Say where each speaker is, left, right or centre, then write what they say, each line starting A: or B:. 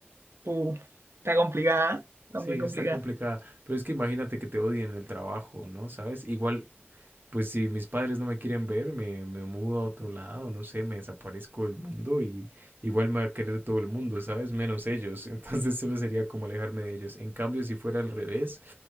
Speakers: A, on the right; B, on the right.
A: Uh, está complicada, ¿eh? Está
B: Sí,
A: muy complicada.
B: está complicada, pero es que imagínate que te odien en el trabajo, ¿no? ¿Sabes? Igual, pues si mis padres no me quieren ver, me, me mudo a otro lado, no sé, me desaparezco del mundo y igual me va a querer todo el mundo, ¿sabes? Menos ellos. <laughs> Entonces solo sería como alejarme de ellos. En cambio, si fuera al revés,